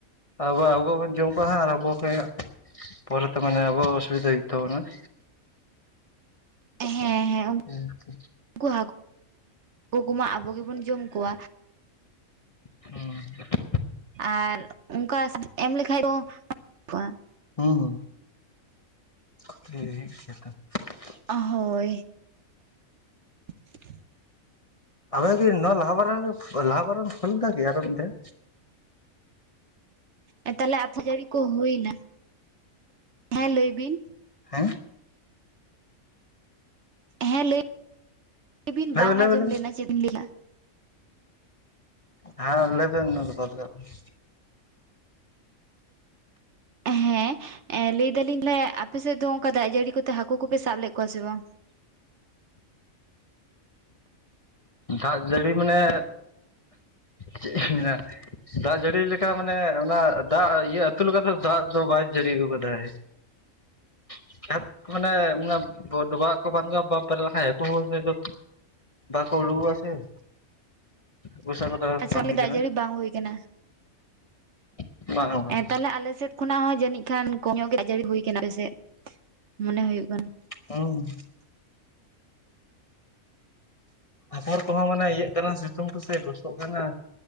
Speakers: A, on the left; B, on the right.
A: ᱟᱵᱚ ᱟᱵᱚᱵᱚᱱ ᱡᱚᱢ ᱠᱚᱣᱟ ᱟᱨ ᱟᱵᱚ ᱠᱷᱮᱡ ᱯᱚᱨᱮᱛᱮᱚ ᱢᱟᱱᱮ ᱟᱵᱚ ᱚᱥᱩᱵᱤᱫᱷᱟ ᱦᱩᱭᱩᱜ ᱛᱟᱵᱚᱱᱟ᱾ <inaudible>
B: ᱦᱮᱸ ᱦᱮᱸ
A: ᱦᱮᱸᱪᱮ
B: ᱩᱱᱠᱩ ᱦᱟᱹ <inaudible> ᱠᱩ ᱦᱟᱹᱠᱩ ᱠᱚᱢᱟ ᱟᱵᱚ ᱜᱮᱵᱚᱱ ᱡᱚᱢ ᱠᱚᱣᱟ᱾
A: ᱦᱚᱸ
B: ᱟᱨ ᱚᱱᱠᱟ ᱮᱢ ᱞᱠᱷᱟᱡ ᱫᱚ <unintelligible>
A: ᱦᱩᱸ ᱦᱩᱸ <unintelligible>
B: ᱦᱳᱭ <inaudible>
A: ᱟᱵᱮᱱᱜᱮ ᱱᱚᱣᱟ ᱞᱟᱦᱟ ᱵᱟᱨ ᱞᱟᱦᱟ ᱵᱟᱨ ᱮᱢ ᱯᱷᱚᱱ ᱞᱮᱫᱟ ᱠᱤ ᱟᱨᱚ ᱢᱤᱫᱴᱷᱮᱣ
B: ᱮ ᱛᱟᱦᱞᱮ <unintelligible> ᱡᱟᱲᱤ ᱠᱚ ᱦᱩᱭ ᱱᱟ ᱦᱮᱸ ᱞᱟᱹᱭ ᱵᱤᱱ
A: ᱦᱮᱸ
B: ᱦᱮᱸ ᱞᱟᱹᱭ <inaudible> ᱵᱤᱱ
A: ᱞᱟᱹᱭ
B: ᱵᱟᱝ
A: ᱵᱮᱱ ᱞᱟᱹᱭ
B: ᱟᱸᱡᱚᱢ
A: ᱵᱮᱱ
B: ᱞᱮᱱᱟ ᱪᱮᱫ ᱮᱢ ᱞᱟᱹᱭ ᱠᱮᱜᱼᱟ᱾
A: ᱦᱮᱸ ᱞᱟᱹᱭᱮᱵᱤᱱ ᱟᱱᱟ <unintelligible>
B: ᱦᱮᱸ ᱞᱟᱹᱭ ᱫᱟᱞᱤᱧ <unintelligible> ᱞᱮ ᱟᱯᱮᱥᱮᱫ ᱫᱚ ᱚᱱᱠᱟ ᱫᱟᱜ ᱡᱟᱹᱲᱤ ᱠᱚᱛᱮ ᱦᱟᱹᱠᱩ ᱠᱚᱯᱮ ᱥᱟᱵ ᱞᱮᱫ ᱠᱚᱣᱟ ᱥᱮ ᱵᱟᱝ?
A: ᱫᱟᱜ ᱡᱟᱹᱲᱤ ᱢᱟᱱᱮ ᱪᱮᱫ ᱢᱮᱱᱟ ᱫᱟᱜ ᱡᱟᱹᱲᱤ ᱞᱮᱠᱟ ᱢᱟᱱᱮ ᱚᱱᱟ ᱫᱟᱜ ᱤᱭᱟᱹ ᱟᱹᱛᱩ ᱞᱮᱠᱟ ᱫᱚ ᱫᱟᱜ ᱫᱚ ᱵᱟᱭ ᱡᱟᱹᱲᱤ ᱟᱹᱜᱩ ᱠᱟᱫᱟᱭ᱾
B: <inaudible>
A: <inaudible> ᱢᱟᱱᱮ <unintelligible> ᱰᱚᱵᱦᱟᱜ ᱠᱚ <unintelligible> <unintelligible> ᱟ ᱥᱮ ᱜᱳᱥᱟ <unintelligible> ᱠᱚᱫᱚ
B: ᱟᱪᱪᱷᱟ
A: ᱵᱟᱝ ᱦᱩᱭ
B: ᱫᱟᱜ
A: ᱠᱟᱱᱟ᱾
B: ᱡᱟᱹᱲᱤ ᱵᱟᱝ ᱦᱩᱭ ᱠᱟᱱᱟ
A: <inaudible> ᱵᱟᱝ
B: ᱛᱟᱦᱚᱞᱮ ᱟᱞᱮᱮᱥᱮᱫ ᱠᱷᱚᱱᱟᱜ ᱦᱚᱸ ᱡᱟᱹᱱᱤᱡ ᱠᱷᱟᱱ ᱠᱚᱢ ᱧᱚᱜ ᱜᱮ ᱫᱟᱜ ᱡᱟᱹᱲᱤ ᱦᱩᱭ ᱟᱠᱟᱱᱟ ᱟᱯᱮᱥᱮᱫ <inaudible> ᱢᱚᱱᱮ ᱦᱩᱭᱩᱜ ᱠᱟᱱᱟ᱾
A: <unintelligible> ᱟᱯᱚᱨ ᱠᱚᱦᱚᱸ ᱢᱟᱱᱮ ᱤᱭᱟᱹᱜ ᱠᱟᱱᱟ ᱥᱤᱛᱩᱝ ᱛᱮᱥᱮ ᱜᱚᱥᱚᱜ ᱠᱟᱱᱟ